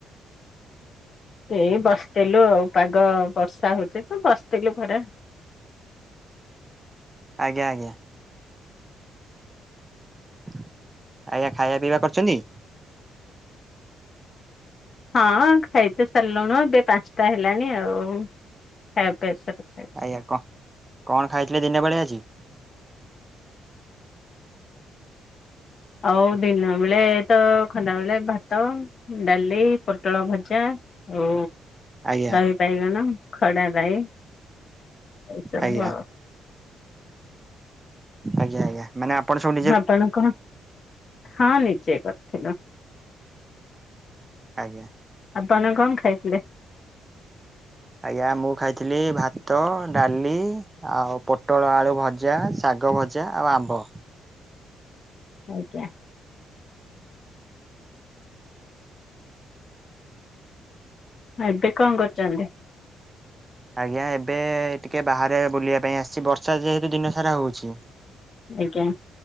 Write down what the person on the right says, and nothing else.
ଆଜ୍ଞା ଆଜ୍ଞା। ଆଜ୍ଞା ଖାଇବା ପିଇବା କରଚନ୍ତି?
ଏୟା କ କଣ ଖାଇଥିଲେ ଦିନ ବେଳେ ଆଜି?
ଆଜ୍ଞା
ଆଜ୍ଞା
ଆଜ୍ଞା ଆଜ୍ଞା। ମାନେ ଆପଣ ଶୁଣ
ଆଜ୍ଞା।
ଆଜ୍ଞା ମୁଁ ଖାଇଥିଲି ଭାତ ଡାଲି। ଆଉ ପୋଟଳ ଆଳୁ ଭଜା, ଶାଗ ଭଜା ଆଉ ଆମ୍ବ।
ଆଜ୍ଞା ଏବେ ଟିକେ ବାହାରେ ବୁଲିବା ପାଇଁ ଆସିଚି ବର୍ଷା ଯେହେତୁ ଦିନ ସାରା ହଉଚି।